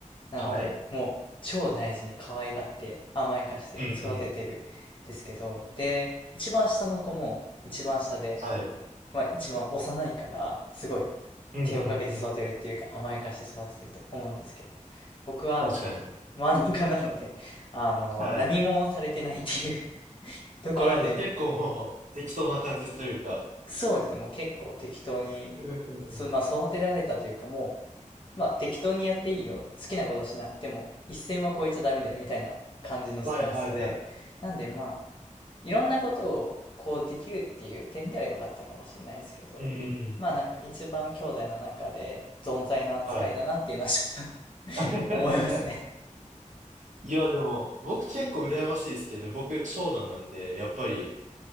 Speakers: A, on the left; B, on the right.
A: なので、
B: はい。
A: もう超大事に可愛がって甘やかして育ててるんですけど、
B: うんうん。
A: で、一番下の子も一番下で、
B: はい。
A: まあ一番幼いからすごい
B: うんうんうん。
A: 手をかけて育てるっていうか甘やかして育ててると思うんですけど僕は
B: 確かに。
A: 真ん中なので <laughs> あの何もされてないっていう
B: はい。
A: <laughs> ところで
B: ああ、じゃあ結構もう適当な感じというか。
A: そうですねもう結構適当に
B: うんうんうん。
A: そ、まあ、育てられたというかもう、まあ、適当にやっていいよ好きなことしなでも一線は越えちゃダメだよみたいな感じのスタンスでなんでまあ
B: はいはいはい。
A: いろんなことをこうできるっていう点では良かったかもしれないですけど、
B: うんうんうん。
A: まあなんか一番兄弟の中で存在な扱いだなっていうのはちょっと
B: はい。
A: <laughs>
B: <laughs>
A: 思いますね。
B: いや、でも、僕結構羨ましいですけどね。僕、長男なんで、やっぱり、